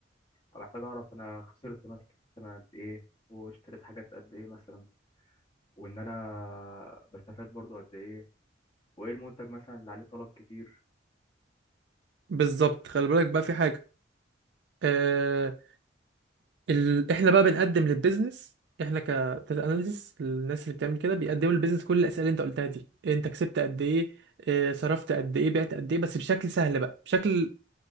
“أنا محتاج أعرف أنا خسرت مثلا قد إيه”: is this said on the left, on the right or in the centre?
Left